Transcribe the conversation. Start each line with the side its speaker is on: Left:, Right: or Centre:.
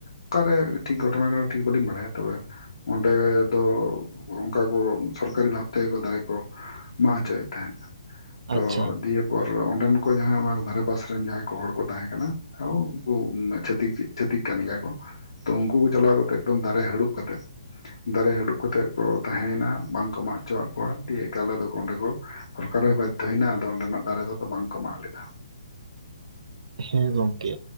Left: ᱚᱠᱟᱨᱮ ᱴᱷᱤᱠ ᱜᱷᱚᱴᱚᱱᱟ ᱠᱟᱱᱟ ᱴᱷᱤᱠ ᱵᱟᱹᱞᱤᱧ ᱵᱟᱲᱟᱭᱟ ᱛᱚ ᱚᱸᱰᱮ ᱫᱚ ᱚᱱᱠᱟ ᱠᱚ ᱥᱚᱨᱠᱟᱨᱤ ᱵᱷᱟᱵ ᱛᱮ ᱫᱟᱨᱮ ᱠᱚ ᱢᱟᱜ ᱦᱚᱪᱚᱭᱮᱫ ᱛᱟᱦᱮᱸᱫ ᱾ ᱛᱚ
Right: ᱟᱪᱪᱷᱟ
Left: ᱫᱤᱭᱮᱯᱚᱨ ᱚᱸᱰᱮᱱ ᱠᱚ ᱡᱟᱦᱟᱸᱭ ᱚᱱᱟ ᱫᱷᱟᱨᱮ ᱯᱟᱥᱮᱨᱮᱱ ᱡᱟᱦᱟᱸᱭ ᱠᱚ ᱦᱚᱲ ᱠᱚ ᱛᱟᱦᱮᱸ ᱠᱟᱱᱟ ᱾ ᱦᱚᱸ ᱩᱱᱠᱩ ᱪᱷᱟᱹᱛᱤᱠ ᱪᱷᱟᱹᱛᱤᱠ ᱠᱟᱱ ᱜᱮᱭᱟ ᱠᱚ, ᱛᱚ ᱩᱱᱠᱩ ᱠᱚ ᱪᱟᱞᱟᱣ ᱠᱟᱛᱮᱜ ᱮᱠᱫᱚᱢ ᱫᱟᱨᱮ ᱦᱟᱹᱲᱩᱵ ᱠᱟᱛᱮᱜ ᱫᱟᱨᱮ ᱦᱟᱹᱲᱩᱵ ᱠᱟᱛᱮᱜ ᱠᱚ, ᱛᱟᱦᱮᱸᱱᱟ ᱵᱟᱝ ᱠᱚ ᱢᱟᱜ ᱦᱚᱪᱚᱣᱟᱜ ᱠᱚᱣᱟ ᱫᱤᱭᱮ ᱮᱠᱟᱞᱮ ᱫᱚᱠᱚ ᱚᱸᱰᱮ ᱠᱚ ᱥᱚᱨᱠᱟᱨ ᱜᱮ ᱵᱟᱫᱽᱫᱷᱚᱭᱮᱱᱟ ᱟᱫᱚ ᱚᱱᱰᱮᱱᱟᱜ ᱫᱟᱨᱮ ᱫᱚ ᱵᱟᱝᱠᱚ ᱢᱟᱜ ᱞᱮᱫᱟ ᱾
Right: ᱦᱮᱸ ᱜᱚᱢᱠᱮ